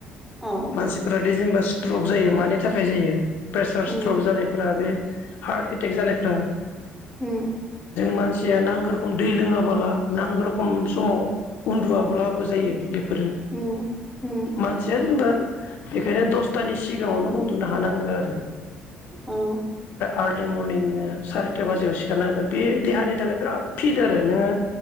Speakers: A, in the centre; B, on the left.
A: औ
B: मानसिफोरादि जेनेबा स्ट्रक जायो मानि थाखाय जायो? प्रेसार
A: उम
B: स्ट्रक जानायफोरा बे <inaudible> हार्ट एटेक जानायफ्रा
A: उम
B: जों मानसिया नांगौ रोखोम दै लोङाबोला नांगौ रोखोम समाव उन्दुआब्लाबो जायो। बेफोरो
A: उम उम
B: मानसिया जेनबा बेखायनो दसतानि सिगाङावनो उन्दुनो हानांगो आरो
A: औ
B: आरलि मरनिं नोङो सारिथा बाजियाव सिखारना होगोन बे देहानि थाखाय बिराद फिट आरो नोङो